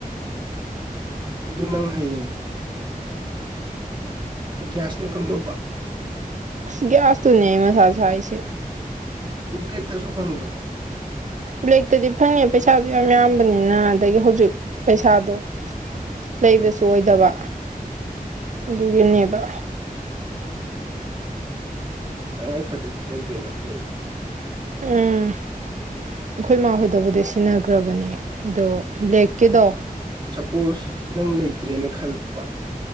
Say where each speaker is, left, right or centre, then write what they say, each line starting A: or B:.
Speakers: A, on the right; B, on the right.
A: ꯑꯗꯨ ꯅꯪ ꯍꯌꯦꯡ ꯒ꯭ꯌꯥꯁꯅ ꯀꯝꯗꯧꯕ
B: ꯑꯁ ꯒꯤꯌꯁ ꯇꯨꯅꯦ ꯃꯊꯥ ꯁꯥꯏꯁꯦ
A: ꯕꯂꯦꯛꯇꯁꯨ ꯐꯪꯗ꯭ꯔꯕ
B: ꯕ꯭ꯂꯦꯛꯇꯗꯤ ꯐꯪꯉꯦ ꯄꯩꯁꯥꯗꯨ ꯌꯥꯝ ꯌꯥꯝꯕꯅꯤꯅ ꯑꯗꯒꯤ ꯍꯧꯖꯤꯛ ꯄꯩꯁꯥꯗꯣ ꯂꯩꯕꯁꯨ
A: ꯎꯝ
B: ꯑꯣꯏꯗꯕ ꯑꯗꯨꯒꯤꯅꯦꯕ
A: ꯇꯉꯥꯏ ꯐꯗꯗꯤ ꯂꯧꯗꯣꯏ ꯅꯠꯇ꯭ꯔꯣ
B: ꯎꯝ ꯑꯩꯈꯣꯏ ꯃꯥꯍꯣꯏꯗꯕꯨꯗꯤ ꯁꯤꯟꯅꯈ꯭ꯔꯕꯅꯦ ꯑꯗꯣ ꯕ꯭ꯂꯦꯛꯀꯤꯗꯣ
A: ꯁꯄꯣꯁ ꯅꯪ ꯂꯩꯇ꯭ꯔꯦꯅ ꯈꯜꯂꯣꯕ